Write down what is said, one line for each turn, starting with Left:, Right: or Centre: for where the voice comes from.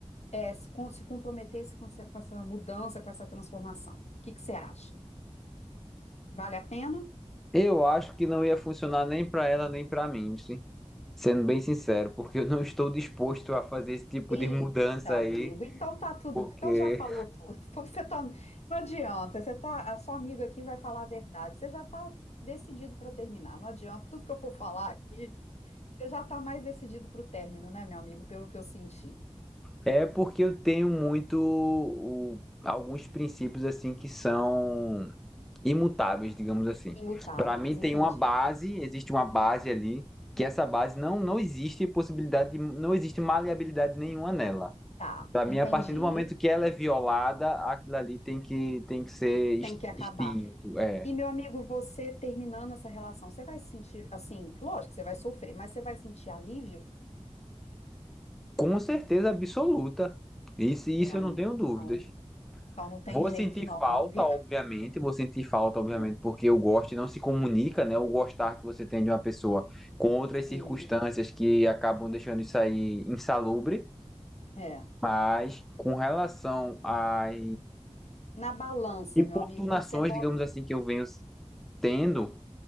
Left: é, se, com- se comprometessem com essa, com essa mudança, com essa transformação, o que que você acha? Vale a pena?
Centre: Eu acho que não ia funcionar nem pra ela nem pra mim, sim. Sendo bem sincero, porque eu não estou disposto a fazer esse tipo
Left: Eita,
Centre: de mudança aí,
Left: amigo. Então tá tudo.
Centre: porque
Left: Então já falou tudo. <laughs> Então você tá. Não adianta. Você tá. A sua amiga aqui vai falar a verdade. Você já tá decidido para terminar. Não adianta. Tudo que eu for falar aqui, você já tá mais decidido para o término, né, meu amigo? Pelo que eu senti.
Centre: É porque eu tenho muito o- alguns princípios assim que são imutáveis, digamos assim.
Left: Imutáveis,
Centre: Para mim tem
Left: entendi.
Centre: uma base, existe uma base ali, que essa base não não existe possibilidade de, não existe maleabilidade nenhuma nela.
Left: Tá,
Centre: Para
Left: entendi.
Centre: mim, a partir do momento que ela é violada, aquilo ali tem que tem que ser ex-
Left: Tem que acabar.
Centre: extinto, é,
Left: E, meu amigo, você terminando essa relação, você vai se sentir assim, lógico que você vai sofrer, mas você vai sentir alívio?
Centre: com certeza absoluta. Isso isso
Left: É, amigo.
Centre: eu não tenho dúvidas.
Left: Então, então não tem
Centre: Vou
Left: jeito,
Centre: sentir
Left: não,
Centre: falta,
Left: meu amigo.
Centre: obviamente, vou sentir falta, obviamente,
Left: Sim,
Centre: porque o gosto não se comunica, né? O gostar que você tem de uma pessoa com outras
Left: sim.
Centre: circunstâncias que acabam deixando isso aí insalubre,
Left: É.
Centre: mas com relação às
Left: Na balança,
Centre: importunações,
Left: meu amigo, quando você bota.
Centre: digamos assim, que eu venho tendo,